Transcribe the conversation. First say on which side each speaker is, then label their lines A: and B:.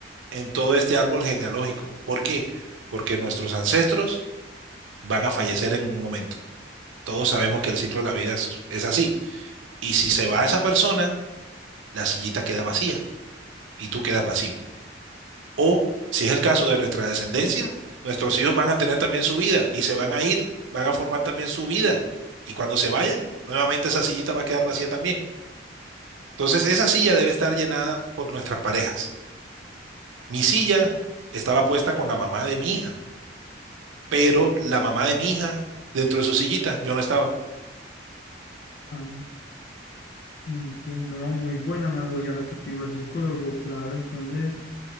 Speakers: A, on the right (about 90°); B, on the left (about 50°).
A: en todo este árbol genealógico. ¿Por qué? Porque nuestros ancestros van a fallecer en un momento. Todos sabemos que el ciclo de la vida es, es así. Y si se va esa persona, la sillita queda vacía y tú quedas vacío. O si es el caso de nuestra descendencia, nuestros hijos van a tener también su vida y se van a ir, van a formar también su vida. Y cuando se vayan, nuevamente esa sillita va a quedar vacía también. Entonces, esa silla debe estar llenada por nuestras parejas. Mi silla estaba puesta con la mamá de mi hija, pero la mamá de mi hija dentro de su sillita, yo no estaba.
B: Ah, Entiendo, ¿no? Muy buena analogía la que te dio el psicólogo, claro. Entonces,